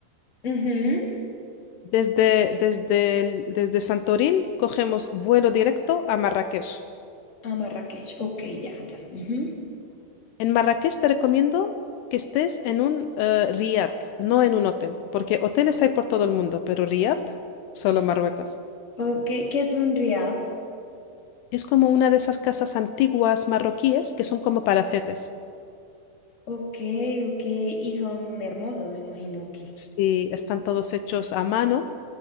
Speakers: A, on the left; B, on the left.
A: Ujú.
B: Desde, desde, el- desde Santorín cogemos vuelo directo a Marrakech.
A: A Marrakech, ok, ya, ya. ujú.
B: En Marrakech te recomiendo que estés en un eh, riad, no en un hotel, porque hoteles hay por todo el mundo, pero riad, solo en Marruecos.
A: Ok, ¿qué es un riad?
B: Es como una de esas casas antiguas marroquíes que son como palacetes.
A: Ok, ok. Y son hermosas, me imagino que.
B: Sí, están todos hechos a mano